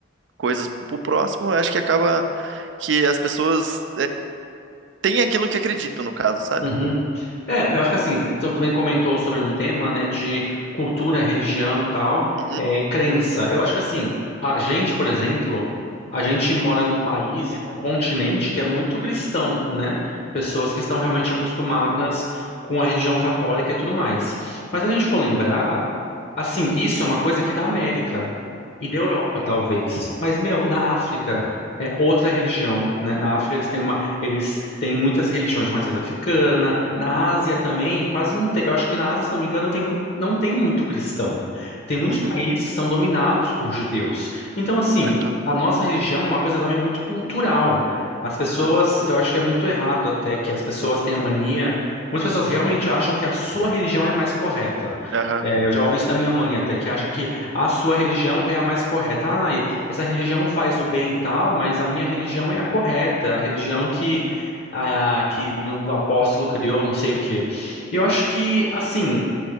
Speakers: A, on the right; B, on the left.
A: coisas pro próximo, eu acho que acaba que as pessoas tem aquilo que acredito, no caso, sabe?
B: Uhum. É, eu acho que assim, t- tu também comentou sobre um tema, né, de cultura, religião, tal,
A: Uhum,
B: é, e crença. Eu acho que assim, a gente, por exemplo, a gente mora num país e num continente que é muito cristão, né? Pessoas que estão realmente acostumadas com a religião católica e tudo mais. Mas se a gente for lembrar, Assim, isso é uma coisa aqui da América e da Europa, talvez. Mas, meu, na África é outra religião, né? Na África eles têm uma, eles têm muitas religiões de matriz africana. Na Ásia também, quase não tem. Eu acho que na Ásia, se não me engano, tem muito, não tem muito cristão. Tem muitos
A: uhum,
B: países que são dominados por judeus. Então, assim,
A: aham,
B: a nossa religião é uma coisa também muito cultural. As pessoas,
A: aham,
B: eu acho que é muito errado até que as pessoas tenham mania. Muitas pessoas realmente acham que a sua religião é a mais correta.
A: aham,
B: É, eu já ouvi isso da minha mãe até, que acha que a sua religião é a mais correta. Ah, essa religião faz o bem e tal, mas a minha religião é a correta, a religião que, a, que o apóstolo criou, não sei o quê. Eu acho que, assim.